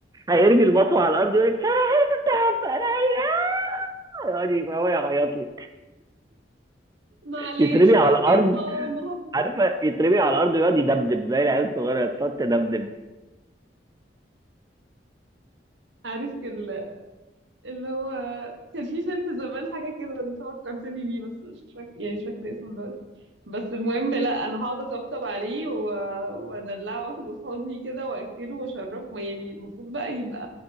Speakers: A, on the right; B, on the right.
A: هيرمي المطوه على الارض يقول لك انا عايز الذهب انا عايز آه!" يعني هو يعيط لك
B: معلش
A: يترمي على
B: طب
A: الارض
B: فين ماما
A: عارفه يترمي على الارض ويقعد يدبدب زي العيال الصغيره تقعد تدبدب
B: عارف كده اللي هو كان في فيلم زمان حاجة كده انت فكرتني بيه بس مش فاكر يعني مش فاكرة اسمه دلوقتي بس المهم لا انا هقعد اطبطب عليه و... وادلعه واخده في حضني كده واكله واشربه ما يعني المفروض بقى يبقى